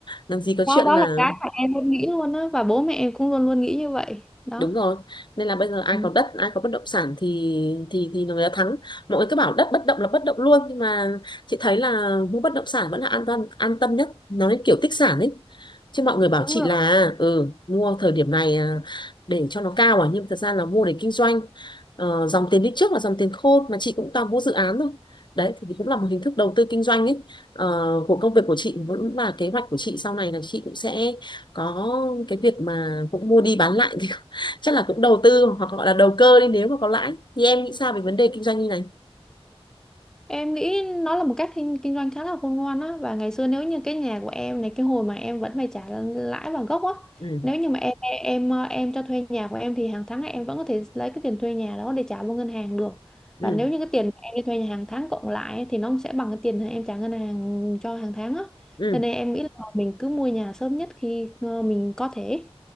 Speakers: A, on the left (about 45°); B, in the centre.
A: Làm gì có
B: đó
A: chuyện
B: đó
A: là
B: là cái mà em luôn nghĩ luôn á và bố mẹ em cũng luôn luôn nghĩ như vậy đó
A: đúng rồi nên là bây giờ ai
B: ừ,
A: có đất ai có bất động sản thì thì thì người ta thắng mọi người cứ bảo đất bất động là bất động luôn nhưng mà chị thấy là mua bất động sản vẫn là an toàn an tâm nhất nó như kiểu tích sản ấy chứ mọi người bảo
B: đúng
A: chị
B: rồi
A: là ừ mua thời điểm này à, để cho nó cao à nhưng mà thật ra là mua để kinh doanh Ờ, dòng tiền đi trước là dòng tiền khôn mà chị cũng toàn mua dự án thôi đấy thì cũng là một hình thức đầu tư kinh doanh ấy Ờ, của công việc của chị vẫn là kế hoạch của chị sau này là chị cũng sẽ có cái việc mà cũng mua đi bán lại <laughs> chắc là cũng đầu tư hoặc gọi là đầu cơ đi nếu mà có lãi thì em nghĩ sao về vấn đề kinh doanh như này
B: Em nghĩ nó là một cách kinh, kinh doanh khá là khôn ngoan á và ngày xưa nếu như cái nhà của em này cái hồi mà em vẫn phải trả lãi và gốc á
A: ừ
B: nếu như mà em em ờ, em cho thuê nhà của em thì hàng tháng em vẫn có thể lấy cái tiền thuê nhà đó để trả vô ngân hàng được
A: ừ
B: và nếu như cái tiền mà em đi thuê nhà hàng tháng cộng lại ấy, thì nó sẽ bằng cái tiền em trả ngân hàng cho hàng tháng á
A: ừ
B: cho nên em nghĩ là mình cứ mua nhà sớm nhất khi ờ, mình có thể